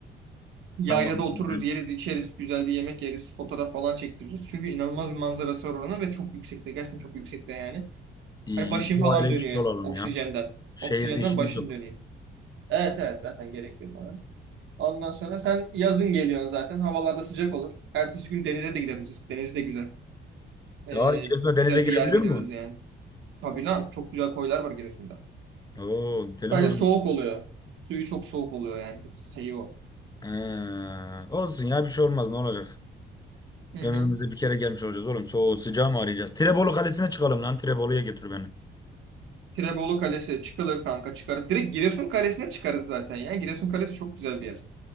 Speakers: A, on the right; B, on the left.
A: Yaylada
B: Tamam.
A: otururuz,
B: Güzel.
A: yeriz, içeriz, güzel bir yemek yeriz, fotoğraf falan çektiririz. Çünkü inanılmaz bir manzarası var oranın ve çok yüksekte. Gerçekten çok yüksekte yani.
B: İyi.
A: Hani başın
B: iyi. Doğayla
A: falan
B: iç
A: dönüyor
B: içe olalım
A: oksijenden.
B: ya. Şehirde
A: Oksijenden
B: işimiz
A: başın
B: yok.
A: dönüyor. Evet evet zaten gerek yok ona. Ondan sonra sen yazın geliyorsun zaten. Havalarda sıcak olur. Ertesi gün denize de gideriz. Deniz de güzel. Ee,
B: Ya Giresun'da denize
A: güzel
B: girebiliyor
A: bir yer biliyoruz
B: mu?
A: yani. Tabii lan çok güzel koylar var Giresun'da.
B: Oo gidelim
A: Sadece
B: o zaman.
A: soğuk oluyor. Suyu çok soğuk oluyor yani. Tek Şeyi o.
B: Ha, olsun ya bir şey olmaz ne olacak?
A: Hı hı.
B: Ömrümüzde bir kere gelmiş olacağız oğlum. Soğuğu sıcağı mı arayacağız? Tirebolu Kalesi'ne çıkalım lan. Tirebolu'ya getir beni.
A: Tirebolu Kalesi çıkılır kanka çıkarız. Direkt Giresun Kalesi'ne çıkarız zaten ya. Giresun Kalesi çok güzel bir yer.